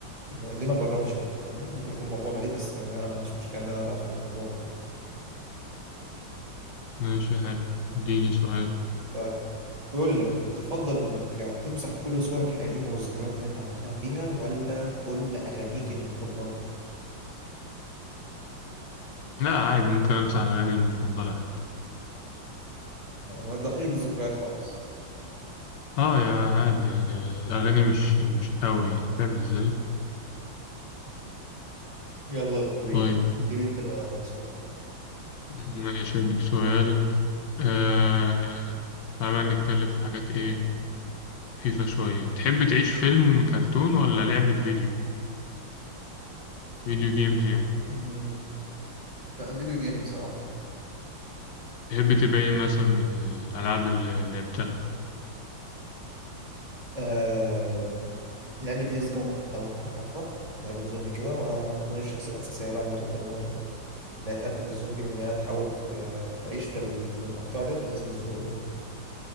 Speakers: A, on the right; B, on the left.
A: ليه ما نجربش يعني فاهمني ممكن يكون موضوع غريب بس آه أنا ما عنديش مشكلة إن أنا أبقى في الموضوع ده
B: ماشي حلو اديني سؤال
A: طيب بيقول لك تفضل انك تمسح كل صورك القديمة والذكريات اللي انت عملتها فيها ولا كل اغانيك المفضلة
B: لا عادي ممكن أمسح أغاني المفضلة عادي
A: وما تضحيش بالذكريات خالص
B: اه يا عادي يعني الأغاني مش مش قوي يعني فاهم ازاي؟
A: يلا بينا
B: طيب
A: اديني انت سؤال
B: ماشي أديك سؤال آه... تعالى نتكلم في حاجات إيه فيفا شوية تحب تعيش فيلم كرتون ولا لعبة فيديو فيديو جيمز يعني
A: مم، لا فيديو جيم بصراحة
B: تحب تبقى إيه مثلا من الألعاب اللي لعبتها
A: آه... لعبة ديز جون لو انت تعرفها لعبة زومبي كده وانا هكون الشخصية الأساسية بقى اللي بتقوم بالموضوع ده انها تقتل الزومبي وان هي تحاول ت- تعيش في ال- في المنطقة ديت وتهزم الزومبي كله